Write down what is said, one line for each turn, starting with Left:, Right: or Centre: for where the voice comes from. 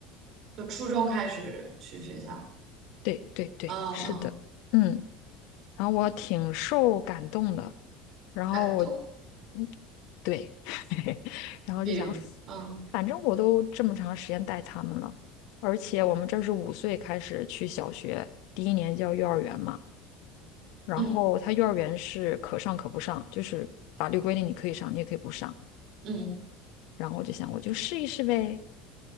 Right: 就初中开始去学校？
Left: 对对对，
Right: 嗯嗯，
Left: 是的，嗯，然后我挺受感动的，然后我，
Right: 感动，
Left: 嗯，对，<laughs> 然后就想，
Right: 比如嗯
Left: 反正我都这么长时间带他们了，而且我们这儿是五岁开始去小学，第一年叫幼儿园嘛。然后他幼儿园是可上可不上，
Right: 嗯
Left: 就是法律规定你可以上，你也可以不上。
Right: 嗯
Left: 然后我就想，我就试一试呗。